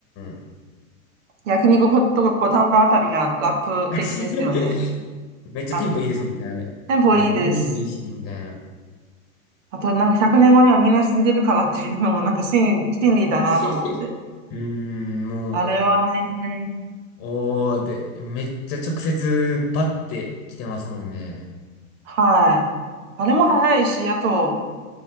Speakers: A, on the left; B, on the right.
A: ん。
B: 焼肉とか五反田あたりがラップ的ですよね。
A: <laughs> めっちゃテンポいいですもんね、
B: なんか、
A: あれ。
B: テンポいいです。
A: あの、語呂もいいし、みたいな。
B: あと、なんか100年後にはみんな死んでるからっていうのも、なんか真理、真理だなと思って。
A: <laughs> うーん、もう、
B: あれはね、
A: おー、で、めっちゃ直接バッて来てますもんね。
B: はい。あれも早いし、あと、